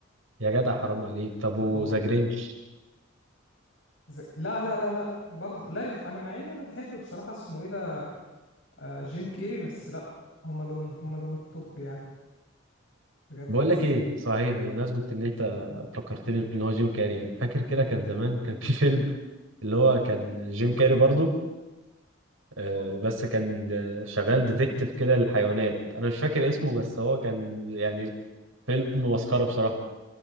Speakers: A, on the right; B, on the left.
A: يا جدع حرام عليك طب وذا
B: وال-
A: جرينش
B: ز- لا لا لا لا برضه لا يق... انا مع اني انا بحب بصراحه اسمه ايه ده آه جيم كيري بس لا هوم الون هوم الون التوب يعني بجد
A: بقول لك ايه صحيح بمناسبة ان انت فكرتني ان هو جيم كاري يعني فاكر كده كان زمان كان في فيلم اللي هو كان جيم كاري برضو آه، بس كان آه، شغال ديتكتيف كده للحيوانات انا مش فاكر اسمه بس هو كان يعني فيلم مسخرة بصراحة